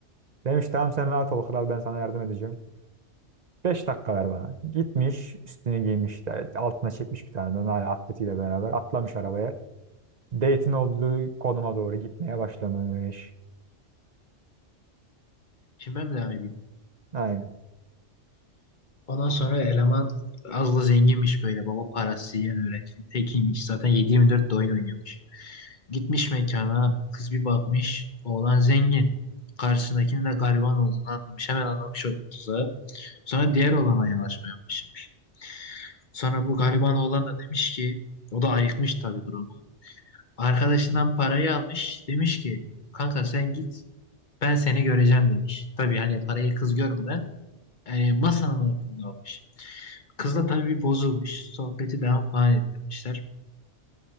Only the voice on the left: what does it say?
Şimdi ben mi devam edeyim?
Ondan sonra eleman az da zenginmiş böyle. Baba parası yiyen öğrencinin tekiymiş. Zaten 7-24 de oyun oynuyormuş. Gitmiş mekana. Kız bir bakmış. Oğlan zengin. Karşısındakinin de gariban olduğunu anlamış. Hemen anlamış onun tuzağı. Sonra diğer oğlana yanaşmaya başlamış. Sonra bu gariban oğlan da demiş ki o da ayıkmış tabii durumu. Arkadaşından parayı almış. Demiş ki kanka sen git ben seni göreceğim demiş. Tabii hani parayı kız görmeden yani masanın altında almış. Kızla tabii bozulmuş. Sohbeti devam falan ettirmişler.